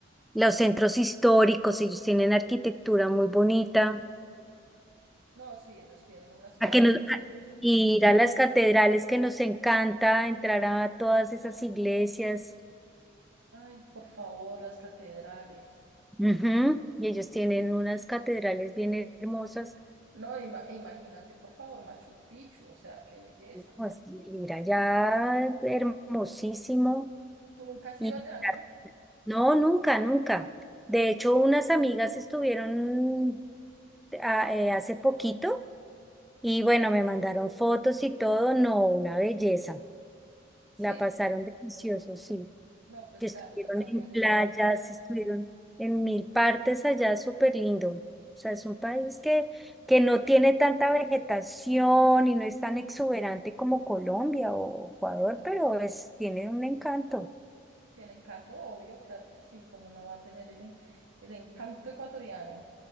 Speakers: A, in the centre; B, on the right (about 85°).
A: Los centros históricos, ellos tienen arquitectura muy bonita.
B: No, sí, ellos tienen unas cosas
A: A que nos, a-
B: divinas.
A: ir a las catedrales que nos encanta, entrar a todas esas iglesias.
B: Ay, por favor, las catedrales.
A: Ujú, Y ellos tienen unas catedrales bien hermosas.
B: No, ima- imagínate, por favor, Machu Picchu, o sea, qué belleza.
A: Pues, ir allá, hermosísimo.
B: Tú nunca has
A: Y
B: ido allá, ¿no?
A: no, nunca, nunca. De hecho, unas amigas estuvieron a- eh, hace poquito y bueno, me mandaron fotos y todo. No, una belleza.
B: ¿Sí?
A: La pasaron delicioso, sí.
B: No, pues
A: Que
B: claro,
A: estuvieron
B: yo también.
A: en playas,
B: Es que yo miro,
A: estuvieron en mil partes allá, súper lindo. O sea, es un país que, que no tiene tanta vegetación y no es tan exuberante como Colombia o Ecuador, pero es, tiene un encanto.
B: tiene encanto, obvio, claro que sí, como no va a tener el, en- el encanto ecuatoriano,